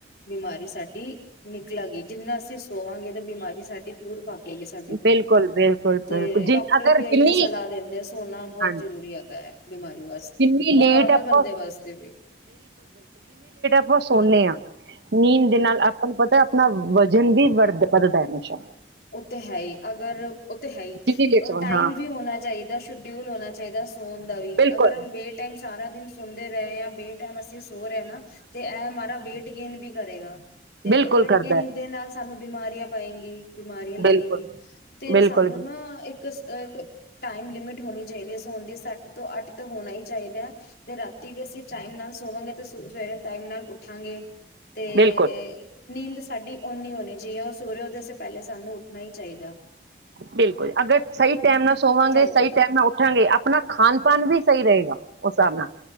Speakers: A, on the left; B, on the right.
A: ਬਿਮਾਰੀ ਸਾਡੀ ਨਿਕਲਾਂ ਗਈ, ਜਿੰਨਾ ਅਸੀਂ ਸੋਵਾਂਗੇ ਤੇ ਬਿਮਾਰੀ ਸਾਡੀ ਦੂਰ ਪਾ ਸਾਡੇ ਕੋਲ
B: ਬਿਲਕੁਲ ਬਿਲਕੁਲ
A: ਤੇ
B: ਬਿਲਕੁਲ ਜਿ
A: ਡਾਕਟਰ
B: ਅਗਰ
A: ਵੀ
B: ਜਿੰਨੀ
A: ਇਹੀਓ ਸਲਾਹ ਦਿੰਦੇ ਆ, ਸੋਨਾ ਬਹੁਤ
B: ਹਾਂਜੀ
A: ਜਰੂਰੀ ਹੈਗਾ ਹੈ ਬਿਮਾਰੀ ਵਾਸਤੇ।
B: ਜਿੰਨੀ
A: ਉਹ ਨੋਰਮਲ
B: ਲੇਟ ਆਪਾਂ
A: ਬੰਦੇ ਵਾਸਤੇ ਵੀ।
B: ਬਹੁਤ ਸੋਨੇ ਆ ਨੀਂਦ ਦੇ
A: ਹਮ
B: ਨਾਲ ਆਪਾਂ ਨੂੰ ਪਤਾ ਆਪਣਾ ਵਜਨ ਵੀ ਵੱ ਵਧਦਾ ਹੈ ਹਮੇਸ਼ਾ
A: ਉਹ ਤਾਂ ਹੈ ਹੀ ਅਗਰ ਉੱਥੇ ਹੈ ਹੀ
B: ਜਿੰਨੀ ਲੇਟ ਸੋਵਾਂਗੇ
A: ਟਾਈਮ
B: ਹਾਂ
A: ਵੀ ਹੋਣਾ ਚਾਹੀਦਾ ਸ਼ਡਿਊਲ ਹੋਣਾ ਚਾਹੀਦਾ ਸੋਨ ਵੀ
B: ਬਿਲਕੁਲ
A: ਅਗਰ ਹਮ ਬੇ ਟਾਈਮ ਸਾਰਾ ਦਿਨ ਸੁਣਦੇ ਰਹੇ ਆ ਬੇ ਟਾਈਮ ਸੋਰਹਾ ਨਾ ਤੇ ਇਹ ਮਾਰਾ ਵੇਟ ਗੇਨ ਵੀ ਕਰੇਗਾ ਤੇ
B: ਬਿਲਕੁਲ
A: ਵੇਟ
B: ਕਰਦਾ
A: ਗੇਨ
B: ਹੈ
A: ਦੇ ਨਾਲ ਸਾਨੂੰ ਬਿਮਾਰੀਆਂ ਪਏਗੀ ਬਿਮਾਰੀਆਂ ਲੱਗਣਗੀ
B: ਬਿਲਕੁਲ
A: ਤੇ
B: ਬਿਲਕੁਲ
A: ਸਾਨੂੰ
B: ਬਿਲ-
A: ਨਾ ਇੱਕ ਟਮ ਲਿਮਿਟ ਹੋਣੀ ਚਾਹੀਦੀ ਆ ਸੋ ਦੀ ਸਤ ਤ ਅਟ ਤ ਹੋਣਾ ਹੀ ਚਾਹੀਦਾ ਆ ਤੇ ਰਾਤੀ ਵੀ ਅਸੀਂ ਟਮ ਨਾਲ ਸੋਵਾਂਗੇ ਸਰੇ ਟਮ ਨਾਲ ਉਠਾਂਗੇ ਤੇ
B: ਬਿਲਕੁਲ
A: ਨੀਂਦ ਸਾਡੀ ਉਓਨੀ ਹੋਣੀ ਜਿ ਉਹ ਸੂਰਯੋਦੇ ਪਹਿਲੇ ਸਾਨੂੰ ਉੱਠਣਾ ਹੀ ਚਾਹੀਦਾ
B: ਬਿਲਕੁਲ ਅਗਰ ਸਹੀ ਟਾਈਮ ਨਾਲ ਸੋਵਾਂਗੇ
A: ਕਹਿੰਦੇ
B: ਸਹੀ
A: ਨੇ
B: ਟਾਈਮ ਨਾਲ ਉੱਠਾਂਗੇ ਆਪਣਾ ਖਾਣ ਪਨ ਵੀ ਸਹੀ ਰਹੇਗਾ ਉਸ ਹਾਬ ਨਾਲ